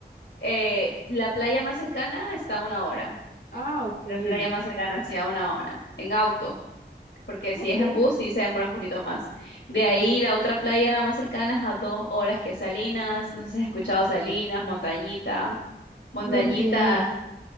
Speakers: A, on the left; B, on the left.
A: Eh, la playa más cercana está a una hora.
B: Ah, ok.
A: La playa más cercana, sí, a una hora. En auto. porque
B: Ok.
A: si es en bus sí se demora un poquito más. De ahí la otra playa más cercana es a dos horas que Salinas, no sé si has escuchado Salinas, Montañita, Montañita,
B: No, ni idea.